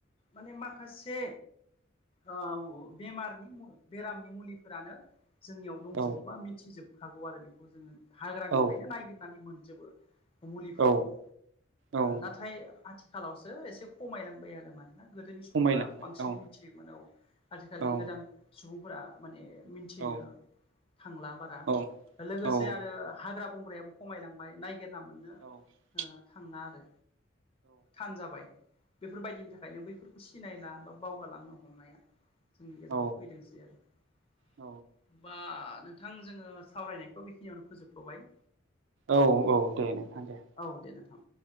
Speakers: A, on the left; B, on the right.
A: माने माखासे ओ बेमारनि बेरामनि मुलिफोरानो जोंनियाव दंजोबोबा
B: औ
A: मिथिजोबखागौ आरो बेखौ जोङो हाग्रानिफ्रायनो
B: औ
A: नायगिरनानै मोनजोबो। मुलिफोरखौ
B: औ
A: ओ
B: औ
A: नाथाय आथिखालावसो एसे खमायलांबाय आरो माने गोदोनि सुबुंफोरा
B: खमायलांबाय
A: बांसिन
B: औ
A: मिथियोमोन औ आथिखालनि
B: औ
A: गोदान सुबुं फ्रा माने मिथिनो
B: औ
A: थांला बारा
B: औ
A: लोगोसे
B: औ
A: आरो हाग्रा बंग्रायाबो खमायलांबाय नायागिरना मोननो
B: <inaudible>
A: ओ थाङा आरो थान जाबाय बेफोरबायदिनि थाखायनो बैफोर सिनायला बा बावगालां हमनाया जोंनि गेजेराव
B: औ
A: फैदोंसै आरो ओमबा
B: औ
A: थां जोङो सावरायनायखौ बेखिनियावनो फोजोबथ'बाय।
B: औ औ दे नोंथां दे।
A: औ दे नोंथां